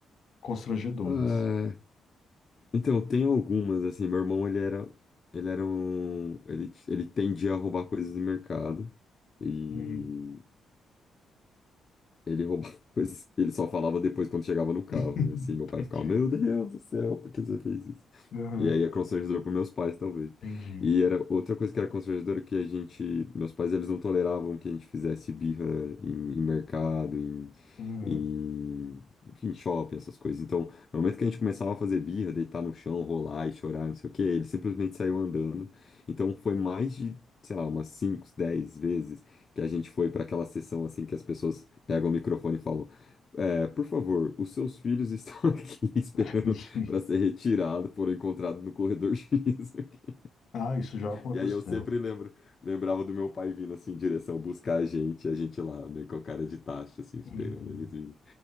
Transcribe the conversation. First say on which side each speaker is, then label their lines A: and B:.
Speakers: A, on the left; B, on the left.
A: constrangedoras.
B: Ah, então, tem algumas, assim, meu irmão, ele era, ele era um, ele, ele tendia a roubar coisas do mercado, e
A: Uhum.
B: Ele roubava <laughs> coisas. Ele só falava depois quando chegava no carro.
A: <laughs>
B: E assim, meu pai
A: Entendi.
B: ficava, meu Deus do céu, por que você fez isso?
A: Uhum,
B: E aí é constrangedor para meus pais, talvez.
A: entendi.
B: E era outra coisa que era constrangedora que a gente. Meus pais, eles não toleravam que a gente fizesse birra em, em mercado, em,
A: Uhum,
B: em. Enfim, shopping, essas coisas. Então, no momento que a gente começava a fazer birra, deitar no chão, rolar e chorar, não sei o quê, ele simplesmente saiu andando. Então, foi mais de, sei lá, umas 5 10 vezes que a gente foi para aquela sessão assim que as pessoas pegam o microfone e falam: "É, por favor, os seus filhos estão <laughs> aqui esperando
A: <laughs> entendi.
B: para ser retirado, foram encontrados no corredor X aqui."
A: Ah, isso já aconteceu.
B: E aí eu sempre lembro, lembrava do meu pai vindo assim em direção buscar a gente, e a gente lá meio com a cara de taxa assim esperando
A: Uhum,
B: eles virem.